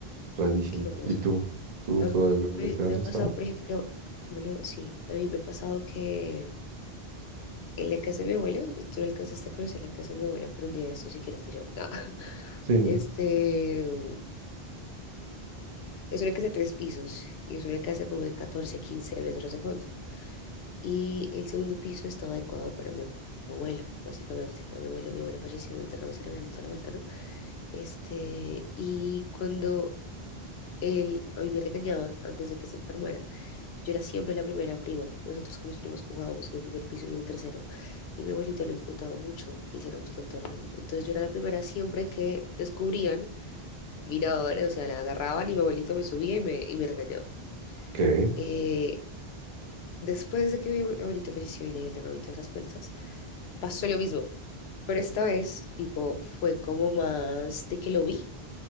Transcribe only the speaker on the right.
rarísimo.
¿Y tú? ¿Tú,
tú alguna
vez te has
asustado?
Sí.
¿Qué?